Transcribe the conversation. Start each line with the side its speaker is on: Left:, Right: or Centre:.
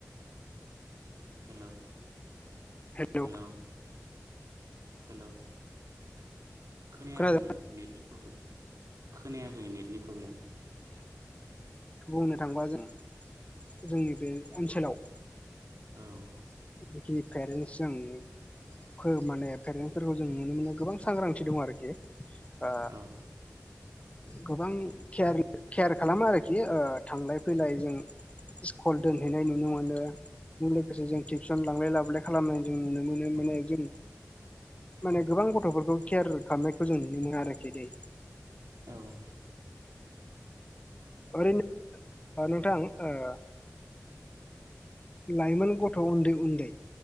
Right: हेल'
Left: हेलौ
Right: हेल' हेल' खोनायाखैमोन
Left: खोनादों
Right: नेटनि प्रब्लेम खोनायाखै नेटनि प्रब्लेम
Left: बुंनो थांबा जों जोंनि बे ओनसोलाव
Right: औ
Left: जिखिनि पेरेन्टस जों फो माने पेरेन्टसफोरखौ जों नुनो मोनो गोबां सांग्रांथि दङ आरोखि ओ
Right: औ
Left: गोबां केयार- केयार खालामा आरोखि थांलाय फैलाय जों स्कुल दोनहैनाय नुनो मोनो बे लोगोसे जों टिउसन लांलाय लाबोलाय खालामनाय जों नुनो मोनो माने जों माने गोबां गथ'फोरखौ केयार खालामनायखौ जों नुनो मोनो आरोखि दै
Right: औ
Left: ओरैनो नोंथां ओ लाइमोन गथ' उन्दै -उन्दै